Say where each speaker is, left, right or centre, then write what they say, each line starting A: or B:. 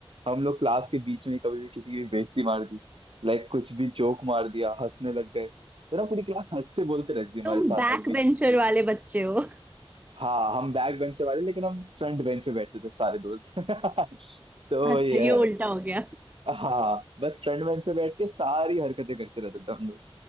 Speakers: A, on the right; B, on the right.
A: हम लोग क्लास के बीच में कभी भी किसी की भी बेइज्जती मार दी लाइक कुछ भी जोक मार दिया हंसने लग गए तो ना पूरी क्लास हंसते बोलते रहती थी हमारे
B: तुम
A: साथ
B: बैक
A: जब भी थी
B: बेंचर वाले बच्चे हो
A: हाँ हम बैक बेंच से वाले लेकिन हम फ्रंट बेंच पे बैठते थे सारे दोस्त <laughs> तो
B: अच्छा
A: ये
B: ये उल्टा
A: है
B: हो गया
A: हाँ बस फ्रंट बेंच पे बैठ के सारी हरकतें करते रहते थे हम लोग